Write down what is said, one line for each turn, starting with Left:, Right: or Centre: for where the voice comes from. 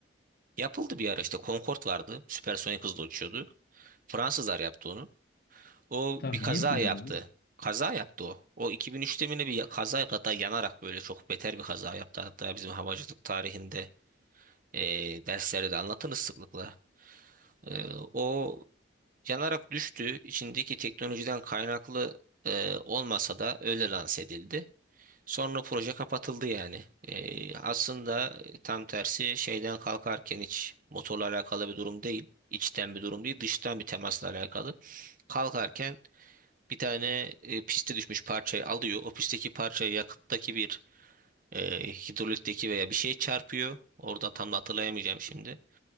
Right: Yapıldı bir ara işte Concorde vardı. Süpersonik hızla uçuyordu. Fransızlar yaptı onu. O
Left: Tamam
Right: bir kaza
Left: niye kullanılıyor?
Right: yaptı. Kaza yaptı o. O 2003'te mi ne bir ya- kaza yaptı. Hatta yanarak böyle çok beter bir kaza yaptı. Hatta bizim havacılık tarihinde ee, derslerde de anlatırız sıklıkla. Ee, o yanarak düştü. İçindeki teknolojiden kaynaklı e, olmasa da öyle lanse edildi. Sonra proje kapatıldı yani. Ee, aslında tam tersi şeyden kalkarken hiç motorla alakalı bir durum değil. İçten bir durum değil, dıştan bir temasla alakalı. Kalkarken bir tane e, piste düşmüş parçayı alıyor. O pistteki parçayı yakıttaki bir e, hidrolikteki veya bir şey çarpıyor. Orada tam da hatırlayamayacağım şimdi.